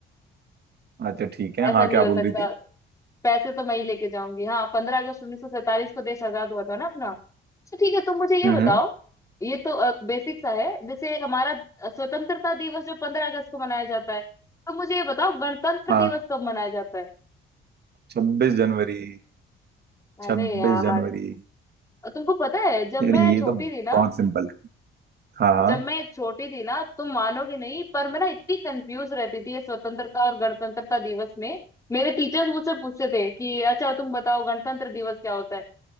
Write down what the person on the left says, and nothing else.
ऐसा
नहीं
हो सकता
पैसे तो मैं ही लेके जाऊंगी हाँ पंद्रह अगस्त उन्नीस सौ सैतालीस को देश आजाद हुआ था ना अपना अच्छा ठीक है तुम मुझे ये
बताओ
ये तो बेसिक सा है जैसे हमारा स्वतंत्रता दिवस जो पंद्रह अगस्त को मनाया जाता है तो मुझे ये बताओ गणतंत्र
दिवस कब मनाया जाता है
अरे
यार
तुमको पता है जब
मैं
छोटी
थी ना
जब मैं छोटी थी ना तुम मानोगे नहीं पर मैं ना इतनी कंफ्यूज रहती थी ये स्वतंत्रता और गणतंत्रता दिवस में मेरे टीचर्स मुझसे पूछते थे कि अच्छा तुम बताओ गणतंत्र दिवस क्या होता है